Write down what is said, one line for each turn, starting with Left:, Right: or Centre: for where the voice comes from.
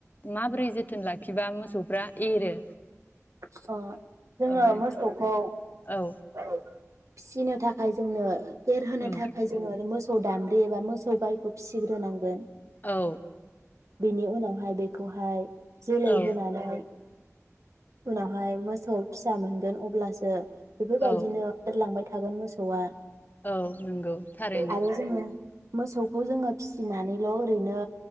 Left: माबोरै जोथोन लाखिबा मोसौफ्रा एरो?
Right: अ जोङो
Left: ओ नोंथाङा
Right: मोसौखौ
Left: औ
Right: फिसिनो थाखाय जोंनो एरहोनो
Left: उम
Right: थाखाय जोङो मोस खौ दाम्ब्रि एबा मोसौ गायखौ फिसिग्रोनांगोन।
Left: औ
Right: बिनि उनाव हाय बे खौहाय जोलै
Left: औ
Right: होनानै उनावहाय मोसौ फिसा मोन गोन अब्लासो बेफोरबायदिनो
Left: औ
Right: एरलांबाय थागोन मोसौआ।
Left: औ नोंगौ थारैनो
Right: आरो जोङो मोसौखौ जोङो फिसिनानैल' ओरैनो